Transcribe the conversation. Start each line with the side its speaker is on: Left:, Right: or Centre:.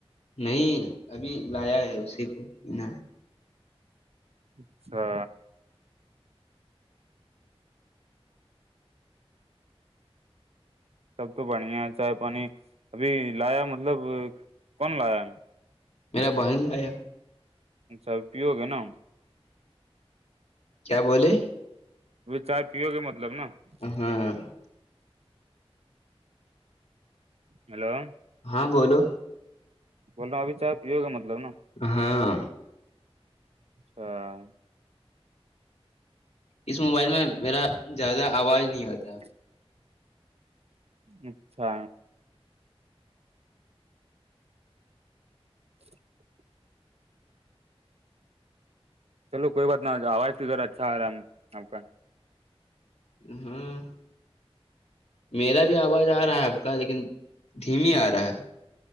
Left: نہیں ابھی لایا ہے اسی کو پینا
Right: اچھا سب تو بڑھیا ہے چائے پانی ابھی لایا مطلب کون لایا
Left: میرا بہن لایا
Right: اچھا ا پیوگ ہے نا <unintelligible>
Left: کیا بولیے
Right: وہ چائے پیو کے مطلب نا <unintelligible>
Left: ہاں
Right: ہیلو
Left: ہاں بولو
Right: بول رہاوں ابھی چائے پیو گا مطلب نہ
Left: ہاں
Right: ہاں <unintelligible>
Left: اس موبائل میں میرا زیادہ آواز نہیں آتا
Right: <inaudible> اچھا <inaudible> چلو کوئی بات نہ آواز تو ادھر اچھا آ رہا ہے آپ کا
Left: ہاں میرا بھی آواز آ رہا ہے آپ کا لیکن دھیمی آ رہا ہے